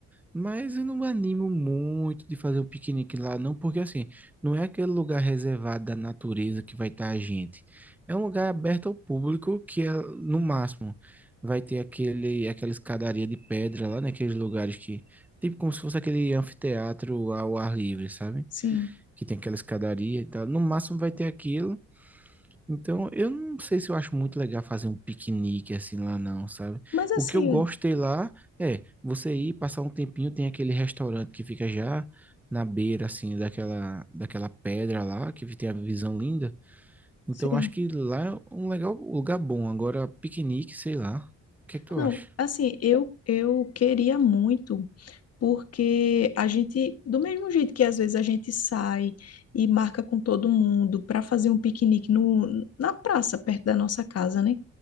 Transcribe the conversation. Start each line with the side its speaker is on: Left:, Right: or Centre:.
Centre: Mas eu não me animo muito de fazer um piquenique lá, não, porque assim, não é aquele lugar reservado da natureza que vai estar a gente. É um lugar aberto ao público que é, no máximo vai ter aquele, aquela escadaria de pedra lá, naqueles lugares que, tipo como se fosse aquele anfiteatro ao ar livre, sabe?
Left: Sim.
Centre: Que tem aquela escadaria e tal. No máximo vai ter aquilo. Então, eu não sei se eu acho muito legal fazer um piquenique assim lá, não, sabe?
Left: Mas assim,
Centre: O que eu gostei lá é você ir passar um tempinho, tem aquele restaurante que fica já na beira, assim, daquela, daquela pedra lá, que tem a visão linda. Então,
Left: sim.
Centre: eu acho que lá é um legal um lugar bom. Agora, piquenique, sei lá. O que é que tu
Left: Não,
Centre: acha?
Left: assim, eu eu queria muito porque a gente, do mesmo jeito que às vezes a gente sai e marca com todo mundo para fazer um piquenique no, na praça perto da nossa casa, né?